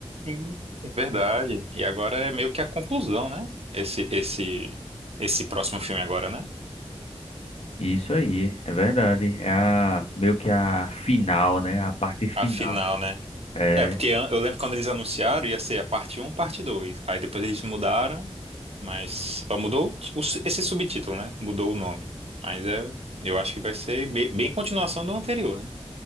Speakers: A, on the right (about 70°); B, on the left (about 75°).
A: sim, é verdade. E agora é meio que a conclusão, né? Esse, esse, esse próximo filme agora, né?
B: Isso aí, é verdade. É a, meio que a final, né? A parte final.
A: A final, né?
B: É,
A: É, porque an- eu lembro quando eles anunciaram ia ser a parte um, parte 2. Aí depois eles mudaram, mas só mudou o ti- o su- esse subtítulo, né? Mudou o nome. Mas é, eu acho que vai ser be- bem continuação do anterior, né?